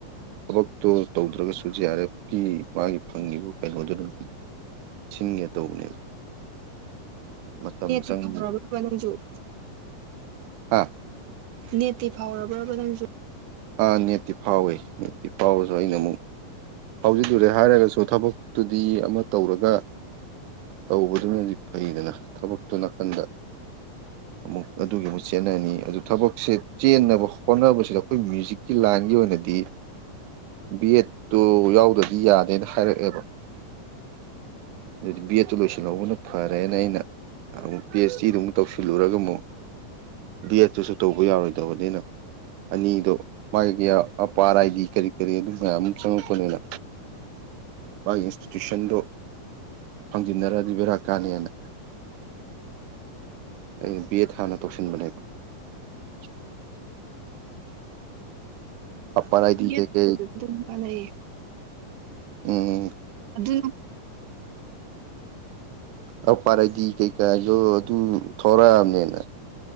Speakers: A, on the right (about 85°); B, on the right (about 75°).
A: ꯊꯕꯛꯇꯨ ꯇꯧꯗ꯭ꯔꯒꯁꯨ ꯖꯤ ꯑꯥꯔ ꯑꯦꯐꯀꯤ ꯃꯥꯒꯤ ꯐꯪꯉꯤꯕ ꯀꯩꯅꯣꯗꯨꯅ ꯑꯗꯨꯝ ꯁꯤꯡꯒꯦ ꯇꯧꯕꯅꯦꯕ
B: <inaudible>
A: ꯃꯇꯝ
B: ꯅꯦꯠꯇꯤ
A: ꯆꯪꯕ
B: ꯐꯥꯎꯔꯕꯕ ꯅꯪꯁꯨꯨ
A: ꯑꯥ
B: ꯅꯦꯠꯇꯤ ꯐꯥꯎꯔꯕ꯭ꯔꯕ ꯅꯪꯁꯨ
A: ꯑꯥ ꯅꯦꯠꯇꯤ ꯐꯥꯎꯋꯦ ꯅꯦꯠꯇꯤ ꯐꯥꯎꯔꯁꯨ ꯑꯩꯅ ꯑꯃꯨꯛ ꯍꯧꯖꯤꯛꯂꯨꯔꯦ ꯍꯥꯏꯔꯒꯁꯨ ꯊꯕꯛꯇꯨꯗꯤ ꯑꯃ ꯇꯧꯔꯒ ꯇꯧꯕꯗꯨꯅꯗꯤ ꯐꯩꯗꯅ ꯊꯕꯛꯇꯨ ꯅꯥꯀꯟꯗ
B: <inaudible>
A: ꯑꯃꯨꯛ ꯑꯗꯨꯒꯤ ꯑꯃꯨꯛ ꯆꯦꯟꯅꯅꯤ ꯑꯗꯨ ꯊꯕꯛꯁꯦ ꯆꯦꯟꯅꯕ ꯍꯣꯠꯅꯕꯁꯤꯗ ꯑꯩꯈꯣꯏ ꯃ꯭ꯌꯨꯖꯤꯛꯀꯤ ꯂꯥꯏꯟꯒꯤ ꯑꯣꯏꯅꯗꯤ
B: <inaudible>
A: ꯕꯤ ꯑꯦꯠꯇꯨ ꯌꯥꯎꯗ꯭ꯔꯗꯤ ꯌꯥꯗꯦꯅ ꯍꯥꯏꯔꯛꯑꯦꯕ ꯑꯗꯨꯗꯤ ꯕꯦꯠꯇꯨ ꯂꯣꯏꯁꯤꯜꯍꯧꯕꯅ ꯐꯔꯦꯅ ꯑꯩꯅ ꯑꯃꯨꯛ ꯄꯤ ꯑꯩꯆ ꯗꯤꯗꯨ ꯑꯃꯨꯛ ꯇꯧꯁꯤꯜꯂꯨꯔꯒ ꯑꯃꯨꯛ ꯕꯤ ꯑꯦꯠꯇꯨꯁꯨ ꯇꯧꯕ ꯌꯥꯔꯣꯏꯗꯕꯅꯤꯅ ꯑꯅꯤꯗꯣ ꯃꯥꯒꯤ ꯑꯄꯥ ꯑꯥꯔ ꯑꯥꯏꯗꯤ ꯀꯔꯤ ꯀꯔꯤ ꯑꯗꯨ ꯃꯌꯥꯝ ꯆꯪꯉꯛꯄꯅꯤꯅ ꯃꯥꯒꯤ ꯏꯟꯁꯇꯤꯇ꯭ꯌꯨꯁꯟꯗꯣ ꯐꯪꯖꯤꯟꯅꯔꯗꯤ ꯕꯦꯔꯥ ꯀꯥꯅꯦꯅ ꯑꯩꯅ ꯕꯤ ꯑꯦꯠ ꯍꯥꯟꯅ ꯇꯧꯁꯤꯟꯕꯅꯦꯕ
B: <inaudible>
A: ꯑ ꯄꯥꯏ
B: ꯅꯦꯠꯄꯨꯗꯁꯨ
A: ꯒꯦ ꯀ
B: ꯑꯗꯨꯝ ꯀꯥꯟꯅꯩꯌꯦ
A: ꯎꯝ
B: ꯑꯗꯨ
A: ꯑ ꯄꯔꯗꯤ ꯀꯩꯀꯥꯗ ꯑꯗꯨ ꯊꯔꯛꯑꯕꯅꯦꯅ